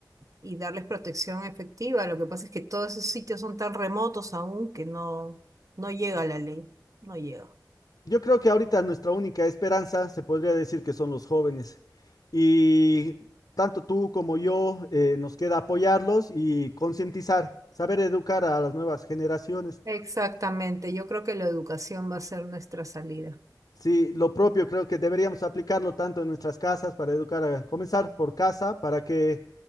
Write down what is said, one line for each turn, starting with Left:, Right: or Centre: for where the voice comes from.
Right: y darles protección efectiva. Lo que pasa es que todos esos sitios son tan remotos aún que no, no llega la ley, no llega.
Left: Yo creo que ahorita nuestra única esperanza se podría decir que son los jóvenes. Y tanto tú como yo eh, nos queda apoyarlos y concientizar, saber educar a las nuevas generaciones.
Right: Exactamente, yo creo que la educación va a ser nuestra salida.
Left: Sí, lo propio creo que deberíamos aplicarlo tanto en nuestras casas para educar, a, comenzar por casa, para que